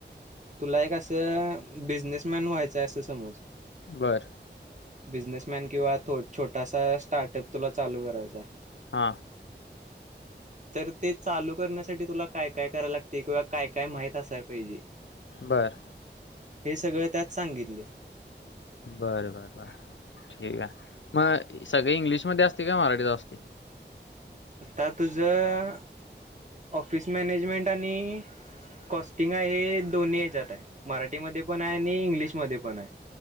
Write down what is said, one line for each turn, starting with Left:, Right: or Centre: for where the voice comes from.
Right: तुला एक असं, बिझनेसमॅन व्हायचंय अस समज.
Left: बरं.
Right: बिझनेसमॅन किंवा छोटासा स्टार्टअप तुला चालू करायचा.
Left: हा.
Right: तर ते चालू करण्यास साठी तुला काय काय कराय लागतय किंवा काय काय माहित असाय पाहिजे.
Left: बर.
Right: हे सगळं त्यात सांगितलय.
Left: बर बर बर. ठीक आहे. म सगळ इंग्लिश मध्ये असतय काय, मराठीत असतय.
Right: आता तुझ अ.. ऑफिस मॅनेजमेंट आणि कॉस्टिंग आहे हे, दोन्ही हेच्यात हाय मराठीमध्ये पण हाय आणि इंग्लिशमध्ये पण हाय.